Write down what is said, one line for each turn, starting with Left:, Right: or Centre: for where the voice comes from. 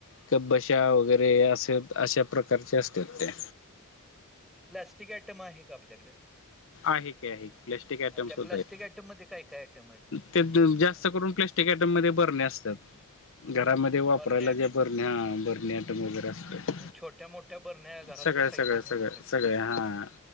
Left: कपबशा वगैरे असे अशा प्रकारचे असत्यात ते
Centre: प्लॅस्टिक आयटम आहे का आपल्याकड
Left: आहे की आहे की प्लॅस्टिक आयटम
Centre: त्या
Left: सुद्धा
Centre: प्लास्टिक
Left: येत
Centre: आयटममध्ये काय-काय आयटम आहेत?
Left: त्यात जास्त करून प्लॅस्टिक आयटम मध्ये भरण्या असत्यात. घरामध्ये वापरायला
Centre: बरण्या आयटम,
Left: ज्या बरण्या बरणी आटम वगैरे असत्यात
Centre: म्हणजे छोट्या-मोठ्या बरण्या घरातले
Left: सगळ्या
Centre: साहित्य
Left: सगळ्या सगळ्या
Centre: ठेवण्यासाठी.
Left: सगळ्या हा